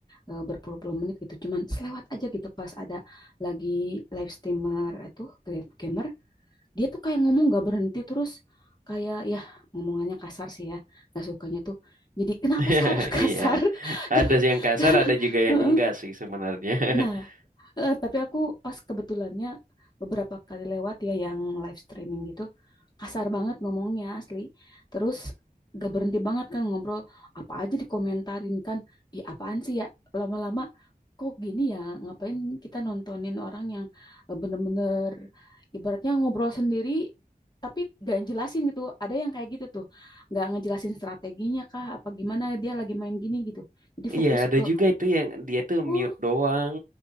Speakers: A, on the left (about 25°); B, on the right (about 55°).
A: eh, berpuluh-puluh menit gitu. Cuman selewat aja gitu pas ada lagi live streamer itu gra- gamer, dia tuh kayak ngomong nggak berhenti terus kayak ya ngomongannya kasar sih ya, nggak sukanya tuh. Jadi kenapa
B: <laughs>
A: sih harus kasar?
B: Iya,
A: <laughs> Terus,
B: ada sih yang kasar, ada
A: <laughs>
B: juga yang
A: heeh.
B: enggak sih sebenarnya.
A: Nah,
B: <laughs>
A: Eh, tapi aku pas kebetulannya beberapa kali lewat ya yang live streaming gitu kasar banget ngomongnya asli. Terus gak berhenti banget kan ngobrol apa aja dikomentarin kan. Ih apaan sih ya lama-lama kok gini ya ngapain kita nontonin orang yang eh, bener-bener ibaratnya ngobrol sendiri tapi gak jelasin gitu. Ada yang kayak gitu tuh gak ngejelasin strateginya kah apa gimana dia lagi main gini gitu. Jadi
B: Iya,
A: fokus
B: ada
A: ke
B: juga itu yang dia tuh
A: oh
B: mute doang,